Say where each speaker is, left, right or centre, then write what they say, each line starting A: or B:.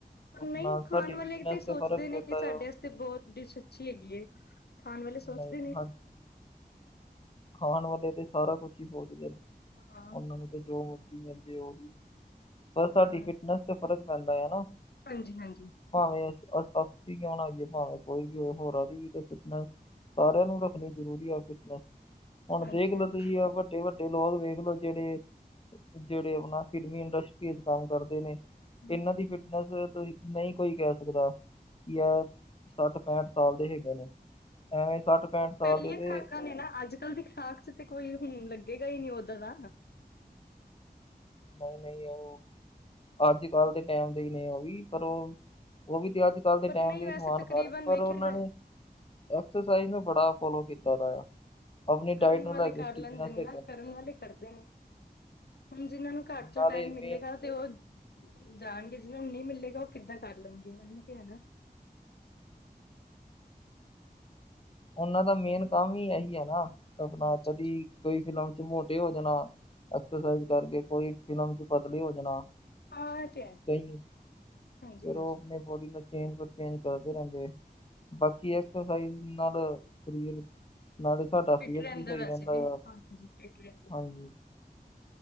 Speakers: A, on the left (about 80°); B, on the left (about 35°).
A: ਪਰ
B: ਆਪਣਾ,
A: ਨਹੀਂ ਖਾਣ
B: ਸਾਡੀ
A: ਵਾਲੇ
B: ਫਿਟਨਸ
A: ਸੋਚਦੇ
B: ਤੇ ਫ਼ਰਕ
A: ਨੇ
B: ਪੈਂਦਾ
A: ਕਿ ਸਾਡੇ
B: ਯਾ।
A: ਆਸਤੇ ਤੇ ਬਹੁਤ ਡਿਸ਼ ਅੱਛੀ ਹੈਗੀ ਏ ਖਾਣ ਵਾਲੇ ਸੋਚਦੇ
B: ਨਹੀਂ
A: ਨੇ
B: ਹਾਂਜੀ, ਖਾਣ ਵਾਲੇ, ਤੇ ਸਾਰਾ ਕੁਛ ਹੀ ਸੋਚਦੇ,
A: ਹਾਂ
B: ਉਹਨਾਂ ਨੂੰ ਜੋ ਮਰਜ਼ੀ ਮਿਲਜੇ ਉਹਹੀ ਪਰ ਸਾਡੀ
A: ਅ
B: ਫਿਟਨੈਸ ਤੇ ਫ਼ਰਕ ਪੈਂਦਾ ਹੈ ਨਾ <unintelligible>
A: ਹਾਂਜੀ- ਹਾਂਜੀ।
B: ਭਾਵੇਂ ਅਸ ਅਸੀਂ ਕਿਉਂ ਨਾ ਹੋਇਯੇ, ਭਾਵੇਂ ਕੋਈ ਵੀ ਹੋਏ, ਹੋਰਾਂ ਵੀ ਤੇ ਫਿਟਨੈਸ ਸਾਰਿਆਂ ਨੂੰ ਰੱਖਣੀ ਜ਼ਰੂਰੀ ਆ ਫਿਟਨਸ। ਹੁਨ
A: ਹਾਂਜੀ
B: ਦੇਖ
A: ਹਾਂਜੀ
B: ਲਓ ਤੁਸੀਂ ਆ ਤੁਹੀ ਵੱਡੇ ਲੋਕ ਵੇਖ ਲੋ ਜਿਹੜੇ, ਜਿਹੜੇ ਆਪਨਾ ਫਿਲਮੀ ਇੰਡਸਟਰੀ ਚ ਕੰਮ ਕਰਦੇ ਨੇ ਇਹਨਾਂ
A: ਹਾਂਜੀ
B: ਦੀ ਫਿਟਨਸ, ਨਹੀਂ ਕੋਈ ਕਹਿ ਸਕਦਾ? ਜਾਂ ਸੱਠ ਪੈਂਠ ਸਾਲ ਦੇ ਹੇਗੇ ਨੇ। ਐਵੇਂ ਸੱਠ ਪੈਂਹਠ
A: ਓ
B: ਸਾਲ
A: ਪਹਿਲੀਆਂ
B: ਦੇ ਤੇ
A: ਖਰਾਕਾਂ ਨੇ ਨਾ, ਅੱਜ ਕੱਲ ਦੀ ਖਰਾਕ ਚ ਤੇ ਕੋਈ ਲੱਗੇਗਾ ਹੀ ਨਹੀ ਓਦਾ ਦਾ
B: ਨਹੀਂ ਨਹੀਂ ਉਹ ਅੱਜ ਕੱਲ੍ਹ ਦੇ ਟਾਈਮ ਦੇ, ਨੇ ਉਹ ਵੀ ਪਰ, ਉਹ ਉਹ ਵੀ ਤੇ ਅੱਜ ਅੱਜ ਕੱਲ ਦੇ
A: ਪਰ
B: ਟਾਈਮ
A: ਨਹੀਂ
B: ਦੇ
A: ਵੈਸੇ
B: ਸਮਾਨ
A: ਤਕਰੀਬਨ
B: ਪਰ ਪਰ
A: ਵੇਖਿਆ
B: ਉਹਨਾਂ
A: ਜਾ-
B: ਨੇ, ਐਕਸਰਸਾਈਜ਼ ਨੂੰ ਬੜਾ ਫੋਲੋ ਕੀਤਾ, ਦਾ ਆ ਆਪਣੀ
A: ਕਰਨ
B: ਡਾਇਟ ਨੂੰ
A: ਵਾਲੇ
B: ਲੈ ਕੇ
A: ਕਰ
B: ਸਟਿਕਨੈਸ
A: ਲੈਂਦੇ ਨੇ,
B: ਹੈਗੇ
A: ਕਰਨ ਵਾਲੇ ਕਰਦੇ ਹੂ, ਹੁਣ ਜਿਨਾਂ ਨੂੰ ਘਰ ਚ,
B: ਨਾਲੇ
A: ਟਾਈਮ ਮਿਲੇਗਾ
B: ਮੇਨ
A: ਤੇ ਉਹ ਜਾਣਗੇ, ਜਿਹਨਾਂ ਨੂੰ ਨਹੀਂ ਮਿਲੇਗਾ, ਉਹ ਕਿੱਦਾਂ, ਕਰ ਲਣਗੇ ਤੇ ਹੈ ਨਾ
B: ਉਹਨ ਦਾ, ਮੇਨ ਕੰਮ ਹੀ ਇਹੀ ਹੈ ਨਾ, ਆਪਣਾ
A: ਅੱਛਾ
B: ਕਦੀ
A: ਅੱਛਾ
B: ਕੋਈ ਫਿਲਮ ਚ, ਮੋਟੇ ਹੋ ਜਾਣਾ ਐਕਸਰਸਾਈਜ਼ ਕਰਕੇ, ਕੋਈ ਫਿਲਮ ਚ ਪਤਲੇ ਹੋ ਜਾਣਾ
A: ਹਾਂ ਇਹ ਤੇ ਹੈ
B: ਕਹੀ,
A: ਹਾਂਜੀ
B: ਫਿਰ
A: ਹਾਂਜੀ
B: ਉਹ ਆਪਣੇ ਬੋਡੀ ਨਾਲ, ਚੇਂਜ ਪਰਚੇਂਜ ਕਰਦੇ ਰਹਿੰਦੇ, ਬਾਕੀ
A: ਹਾਂਜੀ
B: ਐਕਸਸਾਈਜ਼ ਨਾਲ ਸਰੀਰ, ਨਾਲੇ ਸਾਡਾ
A: ਫਿਟ
B: ਫੇਸ ਵੀ, ਸਹੀ
A: ਵੈਸੇ
B: ਰਹਿੰਦਾ ਆ,
A: ਵੀ ਹਾਂਜੀ ਫਿਟ ਰਹਿੰਦਾ
B: ਹਾਂਜੀ